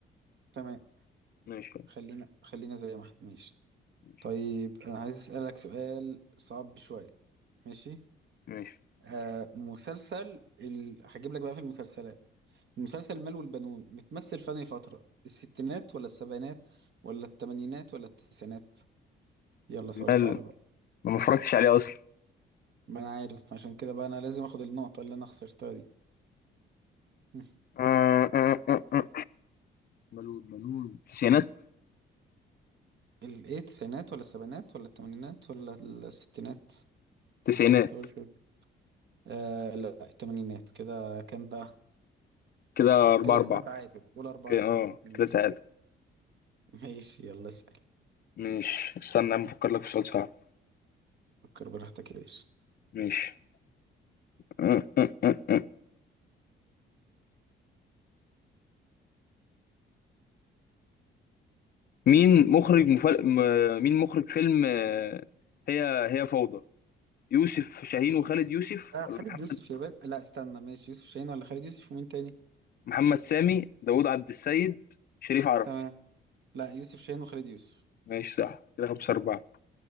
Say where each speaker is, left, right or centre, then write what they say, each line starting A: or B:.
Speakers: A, on the right (about 65°); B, on the left (about 50°).
A: تمام
B: ماشي
A: خلينا خلينا زي ما احنا ماشي
B: ماشي
A: طيب أنا عايز أسألك سؤال صعب شوية ماشي
B: ماشي
A: آه مسلسل ال... هجيب لك بقى في المسلسلات مسلسل المال والبنون بتمثل في أنهي فترة الستينات ولا السبعينات ولا الثمانينات ولا التسعينات يلا سؤال
B: مال
A: صعب بقى
B: ما اتفرجتش عليه اصلا
A: ما أنا عارف عشان كده بقى أنا لازم أخد النقطة اللي أنا خسرتها دي <laughs> مم.
B: آه، آه، آه، آه. ملول ملول تسعينات
A: ال إيه التسعينات ولا السبعينات ولا الثمانينات ولا الستينات
B: تسعينات
A: أنت قلت إيه؟ آه لا الثمانينات كده كام بقى
B: كده 4
A: كده
B: 4
A: احنا تعادل قول أربعة
B: كده
A: أربعة
B: اه
A: مم.
B: كده تعادل
A: ماشي يلا اسأل
B: ماشي استنى يا عم افكر لك في سؤال صعب
A: فكر براحتك يا باشا
B: ماشي <laughs> مين مخرج مفل... م- مين مخرج فيلم آه، هي هي فوضى يوسف شاهين وخالد يوسف
A: ده
B: ولا
A: خالد
B: محمد
A: يوسف يا باشا لا استنى ماشي يوسف شاهين ولا خالد يوسف ومين تاني
B: محمد سامي داوود عبد السيد شريف عرفة
A: تمام لا يوسف شاهين وخالد يوسف
B: ماشي صح كده خمسة أربعة